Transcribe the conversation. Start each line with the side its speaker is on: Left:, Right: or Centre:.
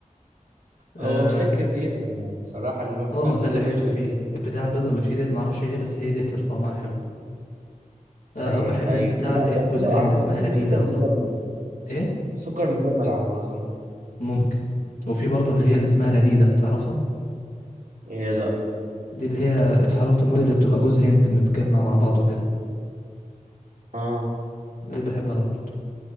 Left: اه
Right: هو مسكر جدا يعني بصراحة اللي ما بياكلوش
Left: آه،
Right: بيبقى
Left: ده اللي
Right: فايته
Left: حلو
Right: كتير
Left: فيه البتاع البيض اللي فيه ديت معرفش ايه بس هي ديت اللي طعمها حلو آه
Right: اي
Left: او بحب
Right: اي
Left: البتاع
Right: لا،
Left: اللي هي
Right: يعتبر
Left: بجوز الهند
Right: على ما
Left: اسمها
Right: اظن
Left: لديدة
Right: سكر مجمد
Left: اظن ايه
Right: سكر مجمد على ما اظن
Left: ممكن وفي برضو اللي هي اللي اسمها لديدة تعرفها
Right: إيه لا
Left: دي اللي هي في حلاوة الموديل اللي بتبقى جوز هند متجمع مع بعضه كده
Right: اه
Left: دي بحبها برضه